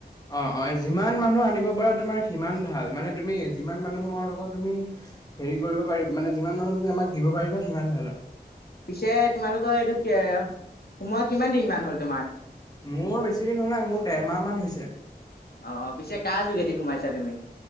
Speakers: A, on the left (about 20°); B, on the left (about 65°).
A: অ-অ যিমান মানুহ আনিব পাৰা তোমাৰ সিমান ভাল মানে তুমি যিমান মানুহৰ লগত তুমি হেৰি কৰিব পাৰিবা মানে যিমান মানুহ তুমি আমাক দিব পাৰিবা সিমান ভাল আৰু।
B: পিছে তোমালোকৰ এইটো সোমোৱা কিমান দিন মান হল তোমাৰ।
A: মোৰ বেছি দিন হোৱা নাই। মোৰ দেৰ মাহ মান হৈছে।
B: অ', পিছে কাৰ যোগেদি সোমাইছা তুমি?